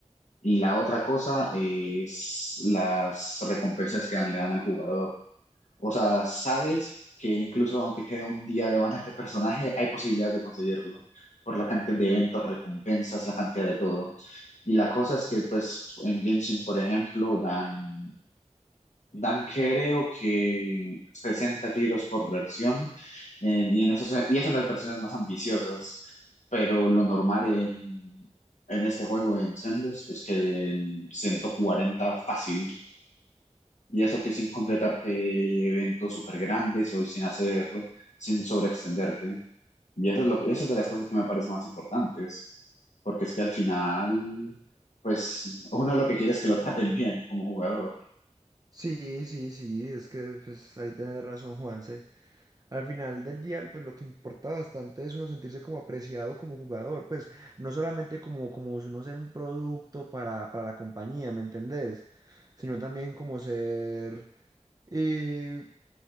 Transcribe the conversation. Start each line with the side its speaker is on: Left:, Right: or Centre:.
Left: Y la otra cosa es las recompensas que dan- le dan al jugador. O sea, sabes que incluso aunque quede un día de banner de personaje, hay posibilidades de conseguirlo por la cantidad de eventos, recompensas, la cantidad de todo. Y la cosa es que, pues, en Genshin, por ejemplo, dan, dan creo que 60 tiros por versión, eh, y, en esos, y eso en las versiones más ambiciosas, pero lo normal en, en este juego, en Zenless, es que den 140 fácil. Y eso que sin completarte eventos súper grandes o sin hacer, sin sobreextenderte. Y eso es lo, eso es de las cosas que me parecen más importantes, porque es que al final, pues uno lo que quiere es que lo traten bien como jugador.
Right: Sí, sí, sí, es que pues ahí tenés razón, Juanse. Al final del día, pues lo que importa bastante es uno sentirse como apreciado como jugador, pues no solamente como, como si uno ser un producto para, para la compañía, ¿me entendés? Sino también como ser eh,